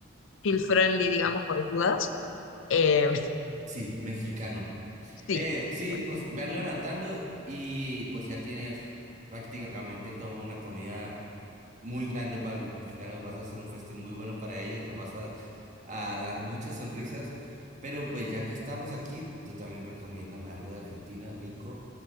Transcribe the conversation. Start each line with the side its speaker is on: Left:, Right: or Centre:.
Left: feel friendly, digamos, por las dudas. Eh,
Right: Sí, mexicano.
Left: sí,
Right: Eh, sí,
Left: bueno.
Right: pues véanlo anotando y pues ya tienes prácticamente toda una comida muy grande para los mexicanos. Vas a hacer un festín muy bueno para ellos, los vas a, a dar muchas sonrisas. Pero pues ya que estamos aquí, tú también recomiéndame algo de Argentina rico